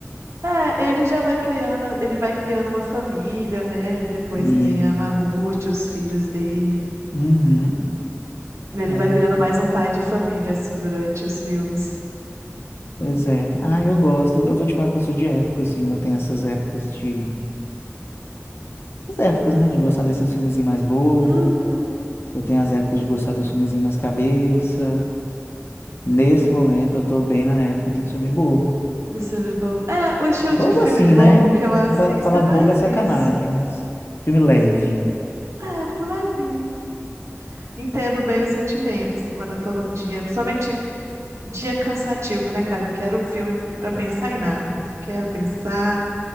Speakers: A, on the right; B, on the left.
A: É, ele já vai criando, ele vai criando uma família, né? Ele Depois
B: E.
A: tem a Mamute, os filhos dele.
B: Uhum.
A: Ele
B: Ah,
A: vai virando mais um pai de família, assim, durante os filmes.
B: pois é. Ah, eu gosto. Eu vou te falar que eu sou de época, assim. Eu tenho essas épocas de. As épocas, né? De gostar desses filmes mais bobo.
A: Uhum.
B: Eu tenho as épocas de gostar dos filmezinhos mais cabeça. Nesse momento, eu tô bem na época de um filme bobo.
A: Do filme bobo. É, o estilo
B: Bobo
A: de filme
B: assim,
A: bobo
B: né?
A: que eu assisto
B: Fa- Falar
A: é
B: bobo
A: mais
B: é sacanagem,
A: isso.
B: mas filme leve.
A: É, filme levinho. Entendo bem o sentimento, assim, quando eu tô num dia, principalmente dia cansativo, né, cara? Não quero filme pra pensar em nada. Quero pensar,